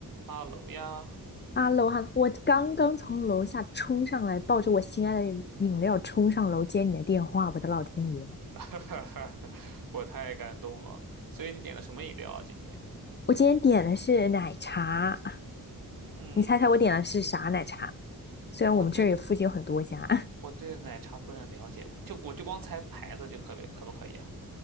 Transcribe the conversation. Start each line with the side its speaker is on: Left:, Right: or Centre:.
Right: 哈喽呀，
Left: 哈喽哈喽，我刚刚从楼下冲上来，抱着我心爱的饮料冲上楼接你的电话，我的老天爷！
Right: <laughs> 我太感动了。所以你点了什么饮料啊？今天？
Left: 我今天点的是奶茶，
Right: 嗯，
Left: 你猜猜我点的是啥奶茶？虽然我们这儿也附近有很多家，
Right: 我对
Left: <laughs>
Right: 我对奶茶不是很了解，就我就光猜牌子就可不可不可以啊？